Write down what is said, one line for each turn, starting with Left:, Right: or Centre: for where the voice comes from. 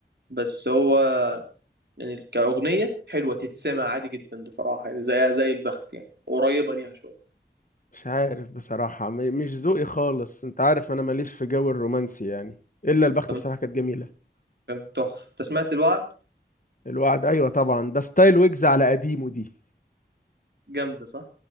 Right: بس هو يعني كأغنية حلوة تتسمع عادي جدا بصراحة يعني زيها زي البخت يعني قريبة ليها شوية
Left: مش عارف بصراحه م... مش ذوقي خالص انت عارف انا ماليش في جو الرومانسي يعني الا البخت
Right: طب
Left: بصراحه
Right: انت
Left: كانت جميله
Right: كان تحفة انت سمعت الوعد
Left: الوعد ايوه طبعا ده ستايل ويجز على قديمه دي
Right: جامدة صح؟